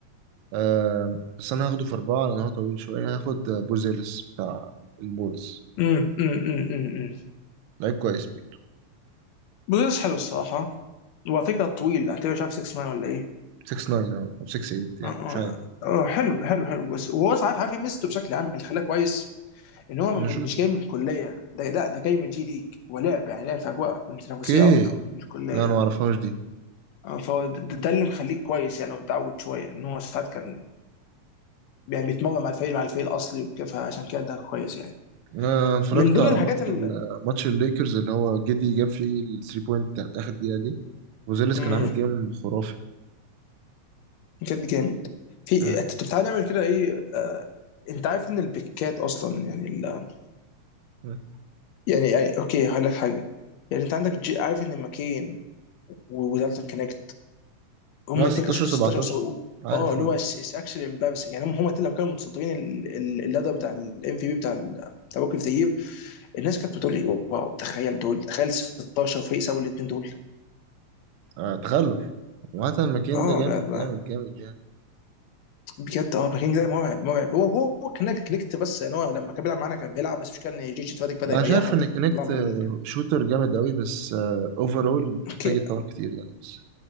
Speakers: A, on the right; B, on the left.
A: آه بس انا هاخده في أربعة لأن هو طويل شوية هاخد بوزيلس بتاع البولز
B: امم امم امم امم
A: لعيب كويس برضه
B: بس حلو الصراحه وعلى فكره طويل اعتبر مش عارف 6 مان ولا ايه
A: 6 9 أو 6 8 يعني
B: اه اه
A: مش عارف
B: آه، حلو حلو حلو بس هو عارف عارف يمسته بشكل عام اللي خلاه كويس ان هو
A: انا
B: م-
A: شوتر
B: مش جاي من الكليه ده لا ده جاي من جي ليج ولعب يعني لعب في اجواء من تنافسيه
A: اوكي
B: اكتر من الكليه
A: لا انا ما اعرفهاش دي
B: آه، فهو ده, ده ده اللي مخليك كويس يعني متعود شويه ان هو ساعات كان يعني بيتمرن مع الفريق مع الفريق الاصلي وكده فعشان كده ده كويس يعني
A: انا اتفرجت
B: من ضمن
A: على
B: الحاجات
A: ماتش
B: اللي
A: ال- ماتش الليكرز اللي هو جدي جاب فيه الثري بوينت بتاعت اخر دقيقه دي وزيلس
B: امم
A: كان عامل جيم خرافي
B: بجد جامد في
A: اه
B: انت بتعالى نعمل كده ايه آه، انت عارف ان البيكات اصلا يعني ال...
A: اه
B: يعني يعني اوكي هقول لك حاجه يعني انت عندك جي... عارف ان ماكين ودالتون كونكت هم
A: آه،
B: الاثنين
A: 16
B: كانوا 16
A: 17
B: وسبعة-
A: عارف
B: اه اللي
A: اه
B: هو اتس اكشلي امبارسنج يعني هم هم الاتنين لو كانوا متصدرين ال- ال- اللدر بتاع الام في بي بتاع ال- بتاع بوك اوف ذا يير الناس كانت بتقول لي واو تخيل دول تخيل 16 فريق سابوا الاثنين دول
A: آه، تخلف وعامة ماكين
B: اه
A: ده جامد
B: لا، لا،
A: جامد جامد يعني
B: بجد اه بكينج ده مرعب مرعب هو هو هو كان كنكت بس ان هو لما كان بيلعب معانا كان بيلعب بس مش كان جيجي تفاتك بدا
A: انا
B: يريحه
A: شايف
B: وطلع
A: ان كونكت
B: من
A: آه،
B: ال...
A: شوتر جامد قوي بس اوفرول
B: <laughs>
A: محتاج
B: اوكي
A: يتطور كتير يعني بس